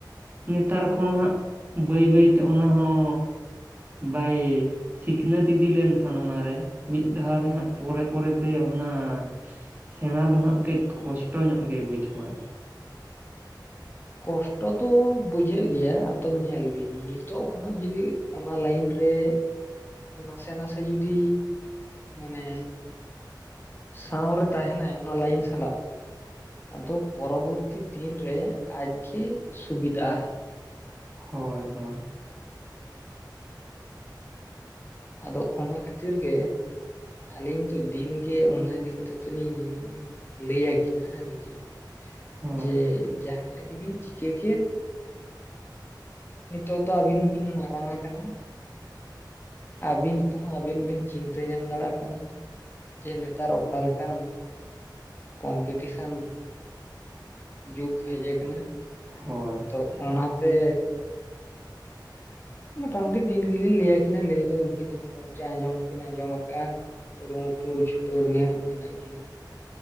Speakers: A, on the right (about 25°); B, on the left (about 30°).
A: ᱱᱮᱛᱟᱨ ᱠᱷᱚᱱ ᱦᱟᱸᱜ ᱵᱟᱹᱭ ᱵᱟᱹᱭ ᱛᱮ ᱚᱱᱟ ᱦᱚᱸ ᱵᱟᱭ ᱥᱤᱠᱷᱱᱟᱹᱛ ᱤᱫᱤ ᱞᱮᱱᱠᱷᱟᱱ ᱚᱱᱟᱨᱮ ᱢᱤᱫ ᱫᱷᱟᱣ ᱨᱮ ᱦᱟᱸᱜ ᱯᱚᱨᱮ ᱯᱚᱨᱮᱛᱮ ᱚᱱᱟ ᱥᱮᱬᱟ ᱫᱚ ᱦᱟᱸᱜ ᱠᱟᱹᱡ ᱠᱚᱥᱴᱚ ᱧᱚᱜ ᱜᱮ ᱵᱩᱡᱷᱟᱹᱣᱟᱭ
B: ᱠᱚᱥᱴᱚ ᱫᱚ ᱵᱩᱡᱷᱟᱹᱜ ᱜᱮᱭᱟ ᱟᱫᱚ ᱧᱮᱞ ᱵᱤᱱ ᱱᱤᱛᱚᱜ ᱠᱷᱚᱱᱟᱜ ᱡᱩᱫᱤ ᱚᱱᱟ ᱞᱟᱭᱤᱱ ᱨᱮ ᱱᱟᱥᱮ ᱱᱟᱥᱮ ᱡᱩᱫᱤ ᱢᱟᱱᱮ ᱥᱟᱶᱨᱮ ᱛᱟᱦᱮᱱᱟᱭ ᱚᱱᱟ ᱞᱟᱭᱤᱱ ᱥᱟᱞᱟᱜ ᱟᱫᱚ ᱯᱚᱨᱚᱵᱚᱨᱛᱤ ᱫᱤᱱ ᱨᱮ ᱟᱡᱜᱮ ᱥᱩᱵᱤᱫᱟ ᱟᱭ
A: ᱦᱳᱭ ᱦᱳᱭ
B: ᱟᱫᱚ ᱚᱱᱟ ᱠᱷᱟᱹᱛᱤᱨ ᱜᱮ ᱟᱹᱞᱤᱧ ᱫᱚ ᱫᱤᱱᱜᱮ ᱚᱱᱟ ᱤᱫᱤ ᱠᱟᱛᱮᱜ ᱫᱚᱞᱤᱧ ᱞᱟᱹᱭ ᱟᱠᱤᱱᱟ ᱟᱨᱠᱤ
A: ᱦᱳᱭ
B: ᱡᱮ ᱡᱟᱦᱟᱸᱱᱟᱜ ᱜᱮᱵᱤᱱ ᱪᱤᱠᱟᱹ ᱠᱮᱫ ᱱᱤᱛᱚᱜ ᱫᱚ ᱟᱹᱵᱤᱱ ᱵᱤᱱ ᱢᱟᱨᱟᱝ ᱟᱠᱟᱱᱟ ᱟᱹᱵᱤᱱ ᱛᱮᱦᱚᱸ ᱟᱹᱵᱤᱱ ᱵᱤᱱ ᱪᱤᱱᱛᱟᱹ ᱧᱟᱢ ᱫᱟᱲᱮᱭᱟᱜ ᱠᱟᱱᱟ, ᱡᱮ ᱱᱮᱛᱟᱨ ᱚᱠᱟ ᱞᱮᱠᱟᱱ ᱠᱚᱢᱯᱤᱴᱤᱥᱟᱱ ᱡᱩᱜᱽ ᱦᱮᱡ ᱠᱟᱱᱟ
A: ᱦᱳᱭ
B: ᱟᱫᱚ ᱚᱱᱟᱛᱮ ᱢᱚᱴᱟᱢᱩᱴᱤ ᱫᱤᱱ ᱜᱮᱞᱤᱧ ᱞᱟᱹᱭ ᱟᱠᱤᱱᱟ ᱞᱟᱹᱭ ᱫᱚ ᱩᱱᱠᱤᱱ ᱦᱚᱸ ᱢᱚᱴᱟᱢᱩᱴᱤ ᱟᱸᱡᱚᱢ ᱠᱤᱱ ᱟᱸᱡᱚᱢ ᱠᱟᱜᱼᱟ ᱠᱩᱨᱩᱢᱩᱴᱩ ᱪᱷᱩᱴᱟᱹᱣ ᱨᱮᱜᱮ ᱦᱟᱸᱜ ᱢᱮᱱᱟᱜ ᱠᱤᱱᱟ